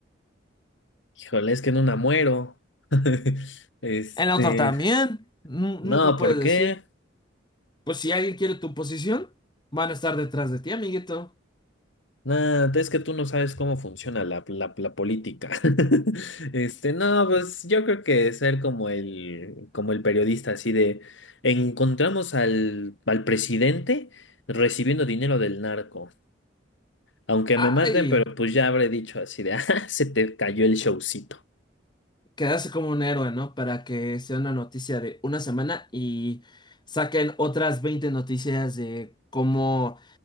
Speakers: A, on the left (about 75°); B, on the left (about 25°).
A: Híjole, es que no una muero. <laughs> Este.
B: En la otra también. Nu-
A: No,
B: nunca puedes
A: ¿por
B: decir.
A: qué?
B: Pues si alguien quiere tu posición, van a estar detrás de ti, amiguito.
A: Nada, es que tú no sabes cómo funciona la, la, la política. <laughs> Este, no, pues yo creo que ser como el, como el periodista así de encontramos al, al presidente recibiendo dinero del narco. Aunque
B: Ay,
A: me maten, pero pues ya habré dicho así de, <laughs> ah, se te cayó el showcito.
B: quedarse como un héroe, ¿no? Para que sea una noticia de una semana y saquen otras 20 noticias de cómo